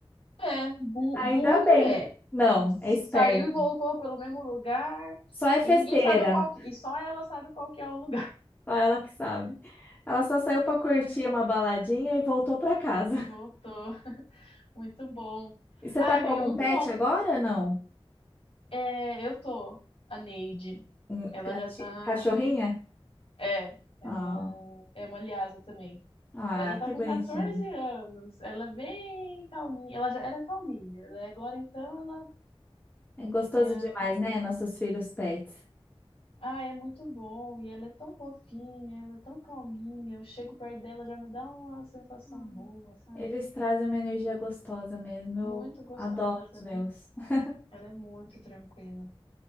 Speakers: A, on the left (about 70°); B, on the left (about 20°).
A: É, bu-
B: Ainda
A: burra
B: bem.
A: não é.
B: Não, é esperta.
A: Saiu e voltou pelo mesmo lugar
B: Só é festeira,
A: e ninguém sabe qual que, e só ela sabe qual que é o lugar.
B: só ela que sabe. Ela só saiu para curtir
A: Ai,
B: uma baladinha e voltou para casa.
A: e voltou. Muito bom.
B: E você
A: Ai,
B: tá com
A: amiga,
B: algum
A: muito
B: pet
A: bom
B: agora, não?
A: É, eu tô. A Neide.
B: Um
A: Ela
B: gati-
A: já tá.
B: Cachorrinha?
A: É, ela
B: Ah,
A: é uma lhasa também.
B: ah,
A: Ela já tá
B: que
A: com
B: bonitinho.
A: 14 anos. Ela é bem calminha. Ela já era calminha, né? Agora então ela.
B: É gostoso
A: ela-
B: demais, né? Nossos filhos pets.
A: Ah, é muito bom. E ela é tão fofinha, ela é tão calminha. Eu chego perto dela, já me dá uma sensação
B: Hum.
A: boa, sabe?
B: Eles trazem uma energia gostosa mesmo. Eu
A: Muito gostosa,
B: adoro os meus.
A: né?
B: <laughs>
A: Ela é muito tranquila.